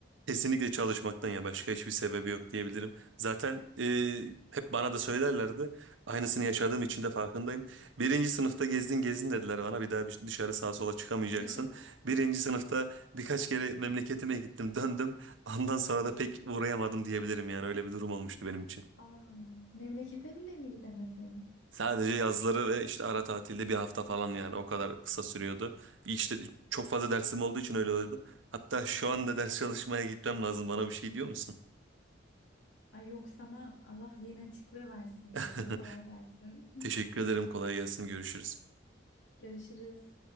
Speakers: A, on the right; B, on the left.
A: Kesinlikle çalışmaktan ya başka hiçbir sebebi yok diyebilirim. Zaten e, hep bana da söylerlerdi. Aynısını yaşadığım için de farkındayım. Birinci sınıfta gezdin gezdin dediler bana. Bir daha bir- dışarı sağa sola çıkamayacaksın.
B: <laughs>
A: Birinci sınıfta birkaç kere memleketime gittim döndüm. Ondan sonra da pek uğrayamadım diyebilirim yani öyle bir durum olmuştu benim için.
B: Aa, memlekete bile mi gidemedin?
A: Sadece yazları ve işte ara tatilde bir hafta falan yani o kadar kısa sürüyordu. İşte çok fazla dersim olduğu için öyle oldu. Hatta şu anda ders çalışmaya gitmem lazım bana bir şey diyor musun?
B: Ay yok sana Allah zihin açıklığı versin diyorum.
A: <laughs>
B: Kolay gelsin.
A: Teşekkür ederim. Kolay gelsin. Görüşürüz.
B: <laughs> Görüşürüz.